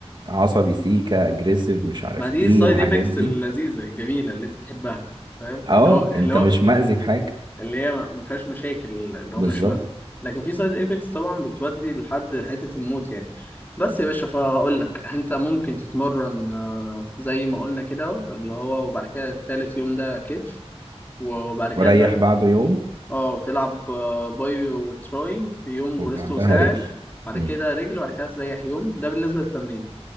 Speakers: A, on the right; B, on the left.
A: عصبي سيكا اجريسيف مش عارف
B: ما دي
A: ايه
B: السايد
A: الحاجات
B: افكتس
A: دي
B: اللذيذه الجميله اللي انت تحبها فاهم
A: اه
B: اللي هو اللي
A: انت
B: هو
A: مش مأذي في حاجة
B: اللي هي ما ما فيهاش مشاكل اللي هو
A: بالظبط
B: مش مثل لكن في سايد افكتس طبعا بتودي لحد حته الموت يعني بس يا باشا فاقول لك انت ممكن تتمرن آه، زي ما قلنا كده اللي هو وبعد كده التالت يوم ده كتف وبعد كده
A: وريح
B: تر-
A: بعده يوم
B: اه وتلعب آه، باي وتراي في يوم
A: وبعدها
B: وريست وساعد
A: رجل
B: بعد
A: امم
B: كده رجل وبعد كده تريح يوم ده بالنسبه للتمرين